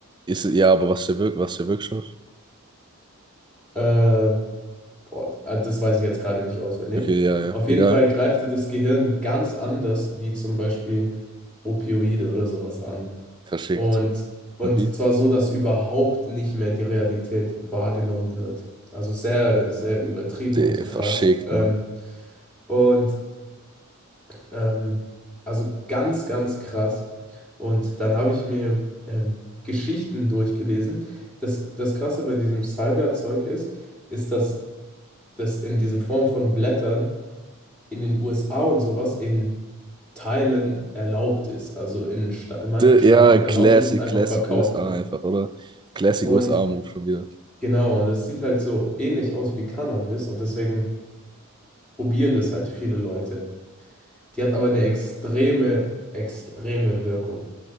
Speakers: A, on the right (about 20°); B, in the centre.
A: Ist, ja, aber was ist der Wirk, was ist der Wirkstoff?
B: Äh, boah, ah, das weiß ich jetzt gerade nicht auswendig.
A: Okay, ja, ja.
B: Auf jeden
A: Egal.
B: Fall greift die das Gehirn ganz anders wie zum Beispiel Opioide oder sowas an.
A: Verschickt.
B: Und, und
A: Und wie?
B: zwar so, dass überhaupt nicht mehr die Realität wahrgenommen wird. Also sehr, sehr übertrieben
A: De,
B: und krass.
A: verschickt,
B: Ähm,
A: Mann.
B: und ähm, also ganz, ganz krass. Und dann habe ich mir ähm, Geschichten durchgelesen. Das, das Krasse bei diesem Salvia-Zeug ist, ist, dass das in diesen Form von Blättern in den USA und sowas in Teilen erlaubt ist. Also in, Sta in manchen
A: De,
B: Staaten
A: ja,
B: erlaubt
A: Classic,
B: ist und einfach
A: Classic
B: verkauft
A: USA
B: wird.
A: einfach, oder? Classic
B: Und
A: USA-Move schon wieder.
B: Genau, und es sieht halt so ähnlich aus wie Cannabis und deswegen probieren das halt viele Leute. Die hat aber eine extreme, extreme Wirkung.